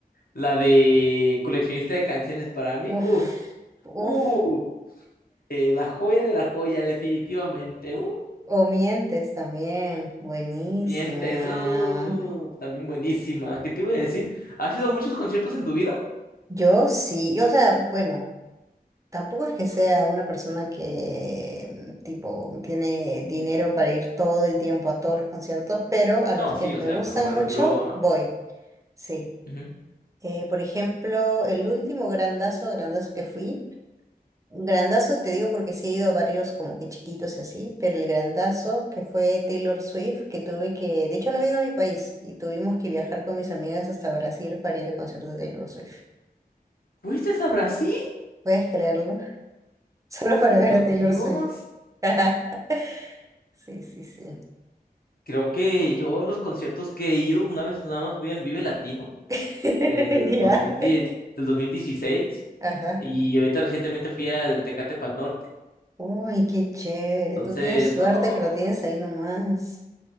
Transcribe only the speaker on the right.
Uf,
uf.
O mientes también. Buenísimo.
mano.
Yo sí, o sea, bueno, tampoco es que sea una persona que mm, tipo tiene dinero para ir todo el tiempo a todos los conciertos, pero a
los que
me
gustan
mucho,
voy. Sí.
Eh, por ejemplo, el último grandazo, grandazo que fui. Grandazo, te digo porque sí he ido a varios como que chiquitos y así, pero el grandazo que fue Taylor Swift, que tuve que, de hecho no vino a mi país y tuvimos que viajar con mis amigas hasta Brasil para ir al concierto de Taylor Swift.
¿Puedes creerlo? <laughs> Solo para
ver a Taylor
Swift. <laughs> Sí, sí, sí.
<laughs>
Ya.
Ajá.
Uy, qué chévere.
Tú tienes suerte
que lo tienes ahí nomás.